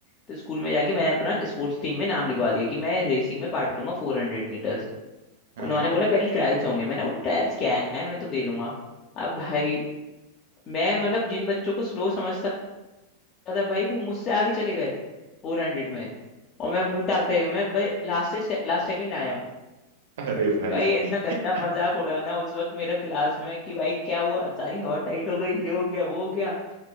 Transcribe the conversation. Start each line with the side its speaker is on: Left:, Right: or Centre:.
Left: तो स्कूल में जाके मैंने अपना स्पोर्ट्स टीम में नाम लिखवा दिया कि मैं रेसिंग में पार्ट लूंगा फोर हंड्रेड मीटर्स
Right: हाँ
Left: उन्होंने
Right: हाँ
Left: बोला पहले ट्रायल्स होंगे मैंने बोला ट्रायल्स क्या है मैं तो दे लूंगा अब भाई मैं मतलब जिन बच्चों को स्लो समझता था भाई वो मुझसे आगे चले गए फोर हंड्रेड में और मैं मुंह ताकते गया मैं भाई लास्ट से लास्ट सेकंड आया
Right: अरे भाई
Left: भाई इतना
Right: <laughs>
Left: गंदा मजाक उड़ाना उस वक्त मेरा क्लास में कि भाई क्या हुआ सारी हवा टाइट हो गई ये हो गया वो हो गया